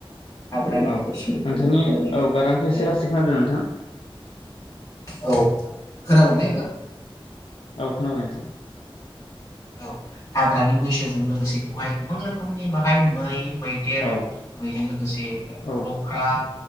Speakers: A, on the left; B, on the left.
A: हाग्रानि
B: औ
A: मैसो जोङो
B: नोंथांनि
A: मै
B: औ गारांखौ एसे
A: ओ
B: लासै खोनादों नोंथां
A: औ खोनाबायना एबार
B: औ खोनाबाय नोंथां
A: औ हाग्रानि मैसोजों लोगोसे बेवहाय गोबां रोखोमनि बाहाय मै मैदेर
B: औ
A: बेजों लोगोसे
B: औ
A: लख्रा